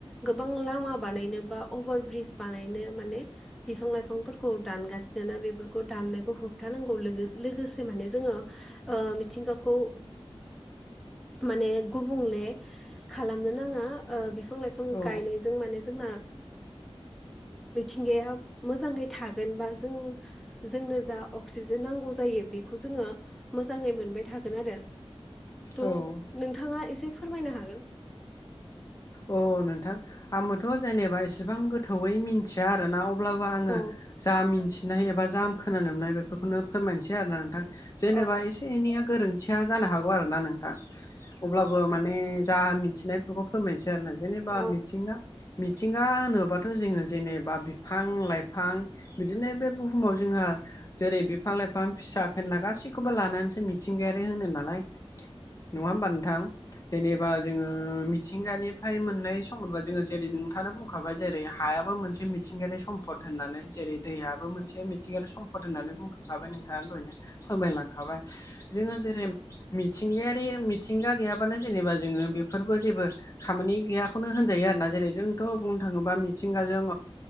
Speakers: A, in the centre; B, on the left (about 35°).
A: गोबां लामा बानायनो बा अभार ब्रिज बानायनो माने बिफां लाइफांफोरखौ दानगासिनो जोंना बेफोरखौ दाननायखौ होबथानांगौ लोगोसे माने जोंङो ओ मिथिंगाखौ माने गुबुंले खालामनो नांङा बिफां लाइफां
B: औ
A: गायनायजों माने जोंना मिथिंगाया मोजांङै थागोन बा जों जोंनो जा अक्सिजेन नांगौ जानायो बेखौ जोंङो मोजांङै मोन बाय थागोन आरो थ'
B: औ
A: नोंथांङा एसे फोरमायनो हागोन
B: अ नोंथां आंबोथ' जेनेबा एसेबां गोथौयै मि थिया आरो ना अब्लाबो आंङो
A: औ
B: जा मिनथि नाय एबा जा आं खोनानो मोननाय बेफोरखौनो फोरमायनोसै आरो ना नोंथां जेनेबा
A: अ
B: एसे एनैया गोरोन मिथिया जानो हागौ आरो ना नोंथां अब्लाबो माने जा मिथिनायफोरखौ फोरमायनोसै आरो जेनेबा
A: अ
B: मिथिंगा मिथिंगा होनोबाथ' जोंङो जेनेबा बिफां लाइफां बिदिनो बे बुहुमाव जोंहा जेरै बिफां लाइफां फिसा फेनला गासैखौबो लानानैसो मिथिंगायारि होनो नालाय नंङा होमबा नोंथां जेनेबा जोंङो मिथिंगानिफ्राय मोननाय सम्पद जोंङो जेरै नोंथांङा बुंखाबाय जेरै हायाबो मोनसे मिथिंगायारि सम्पद होननानै जेरै दैयाबो मोनसे मिथिंगायारि सम्फद होननानै बुंखांखाबाय नोंथांङा दहायनो फोरमायलांखाबाय जोंङो जेरै मिथिंगायारि मिथिंगा गैयाबानो जेनेबा जोंङो बेफोरबो जेबो खामानि गैयाखौनो होनजायो आरोना जेरै जोंथ' बुंनो थांङोबा मिथिंगाजों